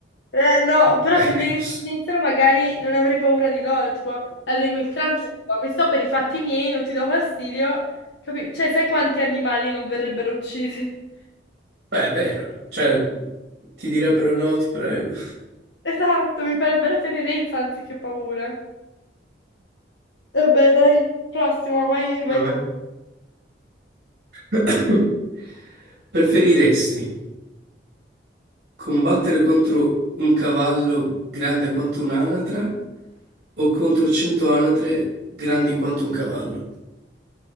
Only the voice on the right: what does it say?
<laughs>
Beh, è vero, cioè ti direbbero no, ti prego.
A me?
<coughs> Preferiresti combattere contro un cavallo grande quanto un'anatra o contro cento anatre grandi quanto un cavallo.